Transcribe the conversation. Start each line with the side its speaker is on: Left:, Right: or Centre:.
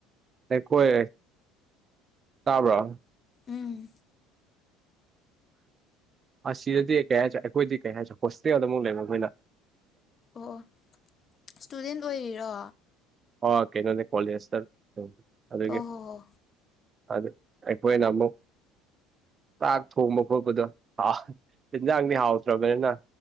Right: ꯑꯩꯈꯣꯏ ꯇꯥꯕ꯭ꯔꯥ
Left: ꯎꯝ
Right: ꯑꯁꯤꯗꯗꯤ ꯀꯩ ꯍꯥꯏꯁꯦ ꯑꯩꯈꯣꯏꯗꯤ ꯀꯩ ꯍꯥꯏꯁꯦ ꯍꯣꯁꯇꯦꯜꯃꯨꯛ ꯂꯩꯕ ꯃꯈꯣꯏꯅ
Left: ꯑꯣ ꯏꯁꯇꯨꯗꯦꯟ ꯑꯣꯏꯔꯤꯔꯣ
Right: ꯑꯣ ꯀꯩꯅꯣꯅꯦ ꯀꯣꯂꯦꯖꯇ ꯑꯗꯨꯒꯤ
Left: ꯑꯣ ꯍꯣ ꯍꯣ
Right: ꯑꯗꯨ ꯑꯩꯈꯣꯏꯅ ꯑꯃꯨꯛ ꯆꯥꯛ ꯊꯣꯡꯕ ꯈꯣꯠꯄꯗꯣꯥꯎ ꯏꯤꯟꯖꯥꯡꯗꯤ ꯍꯥꯎꯇ꯭ꯔꯕꯅꯤꯅ